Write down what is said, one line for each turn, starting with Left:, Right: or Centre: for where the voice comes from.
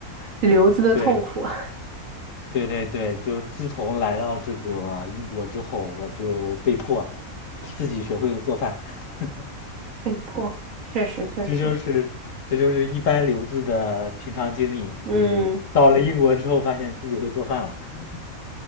Right: 留子的痛苦啊，
Left: 对，对对对，就是自从来到这个英国之后，我就被迫自己学会了做饭，<laughs>
Right: <laughs> 被迫，确实确实，
Left: 这就是这就是一般留子的平常经历，
Right: 嗯。
Left: 就是到了英国之后，发现自己会做饭了。<laughs>